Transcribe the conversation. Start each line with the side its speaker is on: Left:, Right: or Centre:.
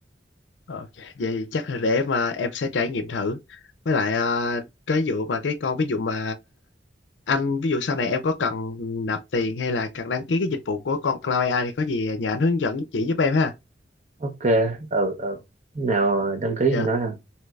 Left: Ờ, ok. vậy chắc là để mà em sẽ trải nghiệm thử. Với lại ờ, cái vụ mà cái con ví dụ mà anh ví dụ sau này em có cần nạp tiền hay là cần đăng ký cái dịch vụ của con Cloud AI thì có gì nhờ anh hướng dẫn chỉ giúp em ha.
Right: ok ừ ừ nào ờ, đăng ký
Left: Dạ,
Right: thì nói rằng